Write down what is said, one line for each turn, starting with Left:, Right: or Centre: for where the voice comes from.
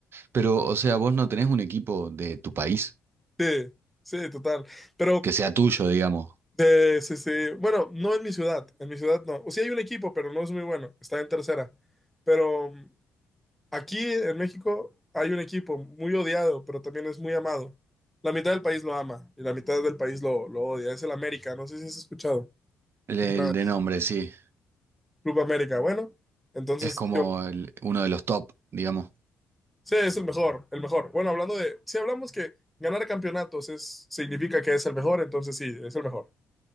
Right: pero o sea, vos no tenés un equipo de tu país
Centre: Sí, sí, total. Pero,
Right: que sea tuyo, digamos.
Centre: de, sí, sí, bueno, no en mi ciudad, en mi ciudad no. O sea, hay un equipo, pero no es muy bueno, está en tercera. Pero Aquí en México hay un equipo muy odiado, pero también es muy amado. La mitad del país lo ama y la mitad del país lo, lo odia. Es el América, no sé si has escuchado.
Right: El, el
Centre: Una vez.
Right: de nombre, sí.
Centre: Club América, bueno. Entonces
Right: Es como
Centre: yo,
Right: el- uno de los top, digamos.
Centre: sí, es el mejor, el mejor. Bueno, hablando de, si hablamos que ganar campeonatos es, significa que es el mejor, entonces sí, es el mejor.